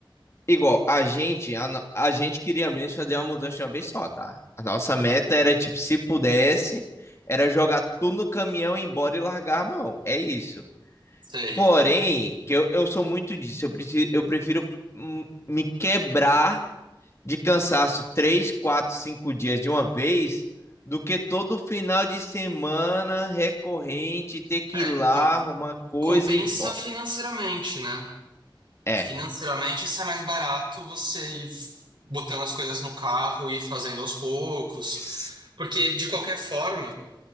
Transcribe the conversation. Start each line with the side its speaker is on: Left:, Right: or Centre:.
Left: Igual, a gente, a, no- a gente queria mesmo fazer uma mudança de uma vez só, tá? A nossa meta era, tipo, se pudesse, era jogar tudo no caminhão, ir embora e largar a mão. É isso.
Right: Sei.
Left: Porém, que eu, eu sou muito disso, eu preciso, eu prefiro hum, me quebrar de cansaço três, quatro, cinco dias de uma vez, do que todo final de semana recorrente ter que
Right: É,
Left: ir lá
Right: com-
Left: arrumar coisa
Right: compensa
Left: e bom.
Right: financeiramente, né?
Left: É,
Right: Financeiramente, sai mais barato você ir f- botando as coisas no carro e ir fazendo aos poucos.
Left: s-
Right: Porque, de qualquer forma,